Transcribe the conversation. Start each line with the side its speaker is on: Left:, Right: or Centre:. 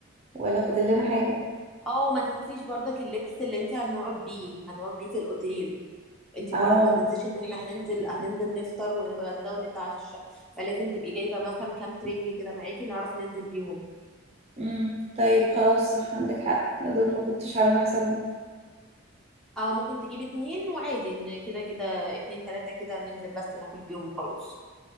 Right: ولا فاضل لنا حاجة
Centre: اه ما تنسيش بردك اللبس اللي انت هنقعد بيه هنقعد بيه في الاوتيل انت
Right: اه
Centre: بردك ما تنسيش ان احنا هننزل هننزل نفطر ونتغدى ونتعشى فلازم تبقي جايبة مثلا كام ترنج كده معاكي نعرف ننزل بيهم
Right: مم، طيب خلاص صح عندك حق دول ما كنتش عاملة حسابهم
Centre: او ممكن تجيب اتنين وعادي ان كده كده اتنين تلاتة كده ننزل بس ناكل بيهم وخلاص